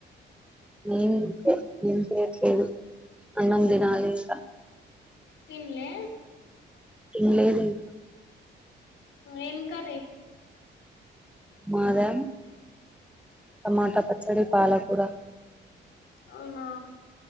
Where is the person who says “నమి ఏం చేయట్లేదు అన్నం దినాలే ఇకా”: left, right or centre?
Centre